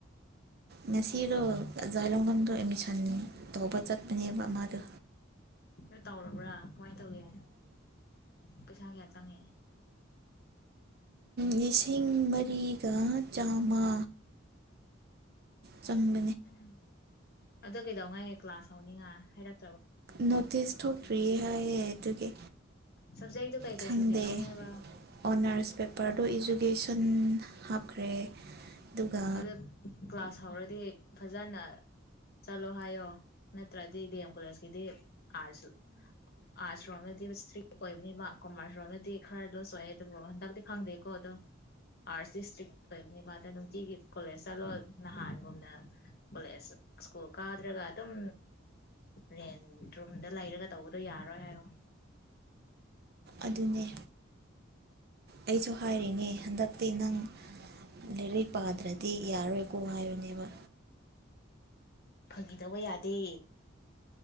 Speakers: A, on the right; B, on the left.
A: ꯉꯁꯤꯗꯣꯖꯥꯏ ꯂꯣꯡꯉꯝꯗꯣ ꯑꯦꯠꯃꯤꯁꯟ ꯇꯧꯕ ꯆꯠꯄꯅꯦꯕ ꯃꯗꯣ
B: ꯅꯣꯏ ꯇꯧꯔꯕ꯭ꯔꯥ? ꯀꯃꯥꯏ ꯇꯧꯒꯦ ꯄꯩꯁꯥ ꯀꯌꯥ ꯆꯉꯦ?
A: ꯂꯤꯁꯤꯡ ꯃꯔꯤꯒ ꯆꯥꯝꯃ ꯆꯪ
B: ꯎꯝ ꯑꯗꯨ ꯀꯩꯗꯧꯉꯩ ꯀ꯭ꯂꯥꯁ ꯍꯧꯅꯤꯡꯉꯥꯏ ꯍꯥꯏꯔꯛ
A: ꯅꯣꯇꯤꯁ ꯊꯣꯛꯇ꯭ꯔꯤ ꯍꯥꯏꯌꯦ ꯑꯗꯨꯒꯤ
B: ꯁꯕꯖꯦꯛꯇꯣ ꯀꯩ ꯀꯩ
A: ꯈꯪꯗꯦ
B: ꯁꯕꯖꯦꯛ ꯂꯧꯋꯦ
A: ꯑꯣꯅꯔꯁ
B: ꯍꯥꯏꯕ
A: ꯄꯦꯄꯔꯗꯣ ꯏꯖꯨ ꯀꯦꯁꯟ ꯍꯥꯞꯈ꯭ꯔꯦ ꯑꯗꯨꯒ
B: ꯑꯗꯨ ꯀ꯭ꯂꯥꯁ ꯍꯧꯔꯗꯤ ꯐꯖꯅ ꯆꯠꯂꯣ ꯍꯥꯏꯌꯣ ꯅꯠꯇ꯭ꯔꯗꯤ ꯗꯤ ꯑꯦꯝ ꯀꯣꯂꯦꯖꯀꯤꯗꯤ ꯑꯥꯔꯠꯁ ꯑꯥꯔꯠꯁ ꯔꯣꯝꯗꯗꯤ ꯏꯁꯇ꯭ꯔꯤꯛ ꯑꯣꯏꯕꯅꯤꯕ ꯀꯣꯃꯔꯁ ꯔꯣꯝꯗꯗꯤ ꯈꯔ ꯂꯣꯁꯨ ꯑꯣꯏꯦ ꯑꯗꯨꯕꯨ ꯍꯟꯗꯛꯇꯤ ꯈꯪꯗꯦꯀꯣ ꯑꯗꯣ ꯑꯥꯔꯠꯁꯇꯤ ꯏꯁꯇ꯭ꯔꯤꯛ ꯊꯣꯏꯕ ꯕꯗ ꯅꯨꯡꯇꯤꯒꯤ ꯀꯣꯂꯦꯖ ꯆꯠꯂꯣ ꯅꯍꯥꯟꯒꯨꯝꯅ ꯀꯣꯂꯦꯖ ꯁ꯭ꯀꯨꯜ ꯀꯥꯗ꯭ꯔꯒ ꯑꯗꯨꯝ ꯔꯦꯟ ꯔꯨꯝꯗ ꯂꯩꯔꯒ ꯇꯧꯕꯗꯣ ꯌꯥꯔꯣꯏ ꯍꯥꯏꯌꯣ꯫
A: ꯑꯗꯨꯅꯦ ꯑꯩꯁꯨ ꯍꯥꯏꯔꯤꯅꯦ ꯍꯟꯗꯛꯇꯤ ꯅꯪ ꯂꯥꯏꯔꯤꯛ ꯄꯥꯗ꯭ꯔꯗꯤ ꯌꯥꯔꯣꯏꯀꯣ ꯍꯥꯏꯕꯅꯦꯕ꯫
B: ꯐꯒꯤꯇꯧꯕ ꯌꯥꯗꯦ꯫